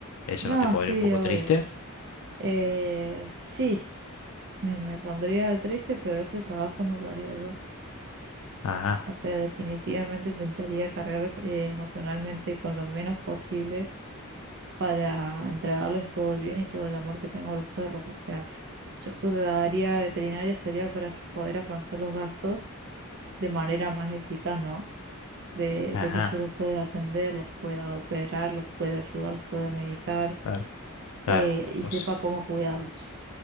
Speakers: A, on the left; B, on the right.
A: ¿Eso
B: No,
A: no te podría
B: sí,
A: un poco
B: obvio.
A: triste?
B: Eh, sí, me, me pondría triste, pero ese trabajo no lo haría yo.
A: Ajá,
B: O sea, definitivamente intentaría cargar eh, emocionalmente con lo menos posible para entregarles todo el bien y todo el amor que tengo a los perros. O sea, yo estudiaría veterinaria sería para af- poder afrontar los gastos de manera más eficaz, ¿no? De,
A: ajá,
B: de que yo los pueda atender, los pueda operar, los pueda ayudar, los pueda medicar
A: claro, claro.
B: eh, y
A: pues,
B: sepa cómo cuidarlos.